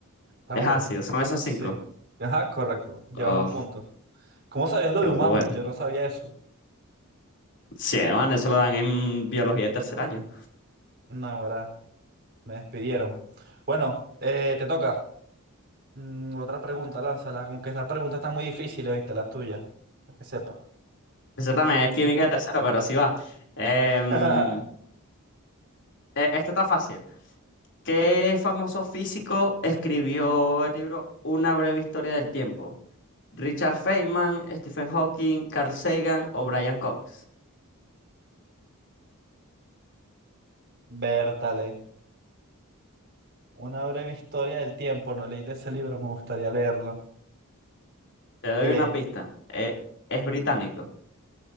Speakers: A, on the right; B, on the left.
A: está
B: Es
A: bueno.
B: ácido, son esos
A: Sí.
B: cinco.
A: Ajá, correcto. Llevas
B: Oh,
A: un punto. ¿Cómo sabías lo
B: qué
A: de
B: bueno.
A: umami? Yo no sabía eso.
B: Sí, man, eso lo dan en biología de tercer año.
A: No, ahora me despidieron. Bueno, eh, te toca. Mm, otra pregunta, lánzala. Aunque esta pregunta está muy difícil, ¿viste? La tuya. Que sepa.
B: Eso también es química de tercero, pero sí va. Em,
A: <laughs>
B: e- esto está fácil. ¿Qué famoso físico escribió el libro Una breve historia del tiempo? Richard Feynman, Stephen Hawking, Carl Sagan o Brian Cox.
A: Bertale. Una breve historia del tiempo. No leí de ese libro, me gustaría leerlo.
B: Te doy
A: Eh,
B: una pista. Eh, es británico.